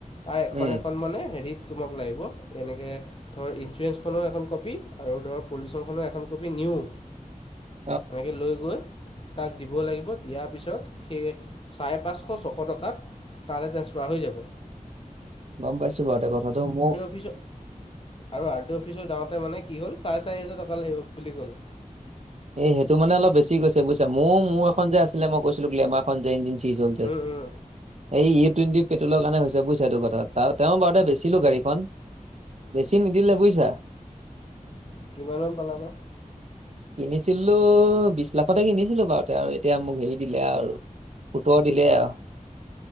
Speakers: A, on the left; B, on the right.
A: তাৰ এখন-এখন
B: উম
A: মানে হেৰিত তোমাক লাগিব এনেকে ধৰ ইঞ্চুৰেঞ্চ খনৰ এখন কপি আৰু ধৰ পুলিচৰ খনৰো এখন কপি নিউ।
B: <inaudible>
A: এনেকে লৈ গৈ তাক দিব লাগিব। দিয়াৰ পিছত সেই চাৰে-পাঁচশ, ছশ টকাত তালৈ ট্ৰেন্সফাৰ হৈ যাব।
B: গম পাইছো বাৰু, এতিয়া কথাটো মো
A: অফিছ আৰু আৰ টি অফিচত যাওতে মানে কি হ'ল চাৰে চাৰি হাজাৰ টকা লাগিব বুলি ক'লে।
B: এই সেইটো মানে অলপ বেছি গৈছে বুজিছা? মোৰ মোৰ এখন যে আছিলে মই কৈছিলো কি আমাক খন যে ইনজিন চিচ জলতে।
A: উম উম
B: এই ই টুৱেণ্টি পেট্ৰলৰ কাৰণে হৈছে বুজিছা এইটো কথা? তাৰ তেওঁ বাৰু দে বেছিলো গাড়ীখন। বেছি নিদিলে বুজিছা?
A: কিমান মান পালাবা?
B: কিনিছিলো বিশ লাখতে কিনিছিলো, বাৰুতে আৰু এতিয়া মোক হেৰি দিলে আৰু সোতৰত দিলে আও।